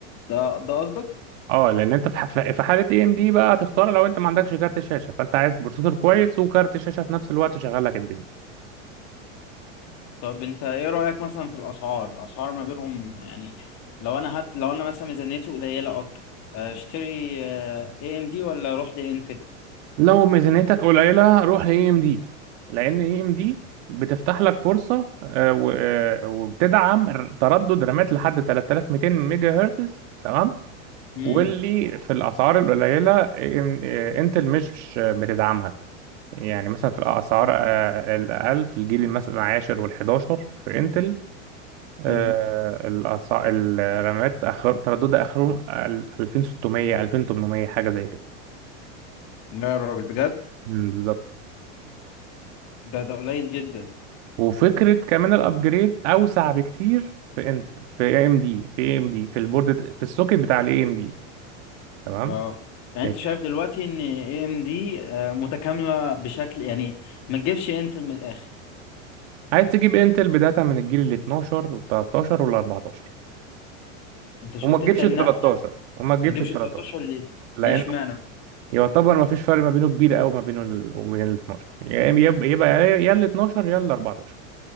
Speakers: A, on the left; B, on the right.
A: ده ده قصدك
B: اه لان انت في ح- في حاله اي ام دي بقى هتختار لو انت ما عندكش كارت شاشه فانت عايز بروسيسور كويس وكارت شاشه في نفس الوقت شغال لك الدنيا
A: طب انت ايه رايك مثلا في الاسعار الاسعار ما بينهم يعني لو انا هات لو انا مثلا ميزانيتي قليله اكتر اشتري اي ام دي ولا اروح لانتل
B: لو ميزانيتك قليلة روح ل AMD لأن AMD بتفتح لك فرصة آه، و- آه، وبتدعم ر- تردد رامات لحد 3200 ميجا هرتز تمام
A: امم
B: واللي في الأسعار القليلة إم- آه، انتل مش بتدعمها يعني مثلا في الأسعار آه، الأقل في الجيل مثلا العاشر والحداشر في انتل آه،
A: امم
B: الأسع- الرامات آخر ترددها آخرهم 2600 2800 حاجة زي كده
A: لا يا راجل بجد
B: مم، بالظبط
A: ده ده قليل جدا
B: وفكره كمان الابجريد اوسع بكتير في انت في اي ام دي في اي ام دي في البورد في السوكت بتاع الاي ام دي تمام
A: اه يعني
B: آه،
A: انت شايف دلوقتي ان اي ام دي متكامله بشكل يعني ما تجيبش انت من الاخر
B: عايز تجيب انتل بداتا من الجيل ال 12 وال 13 وال 14
A: انت شفت
B: وما تجيبش
A: انت النقله
B: ال 13 وما تجيبش
A: ما تجيبش
B: ال 13
A: 13 ليه
B: لان
A: ليه اشمعنى
B: يعتبر ما فيش فرق ما بينه كبير قوي ما بينه ال- وبين ال 12 يا إما- يبقى يبقى يا ال 12 يا ال 14